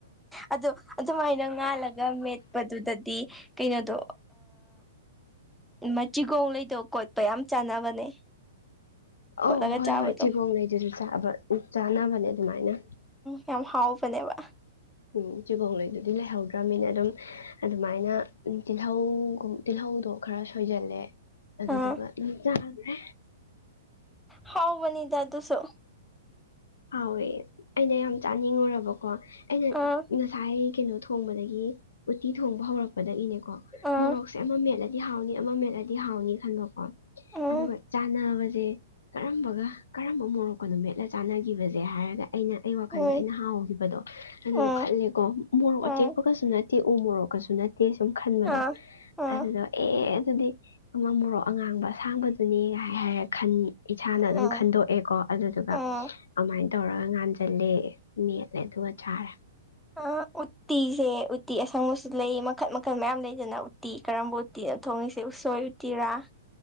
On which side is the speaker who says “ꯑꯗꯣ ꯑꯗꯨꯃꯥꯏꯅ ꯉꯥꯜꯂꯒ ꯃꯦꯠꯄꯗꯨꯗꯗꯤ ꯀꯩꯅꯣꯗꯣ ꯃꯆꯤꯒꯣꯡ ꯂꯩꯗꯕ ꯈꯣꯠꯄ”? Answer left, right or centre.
Centre